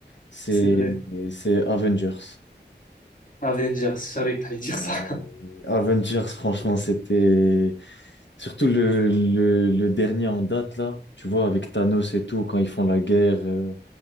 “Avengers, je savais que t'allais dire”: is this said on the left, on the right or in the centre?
Left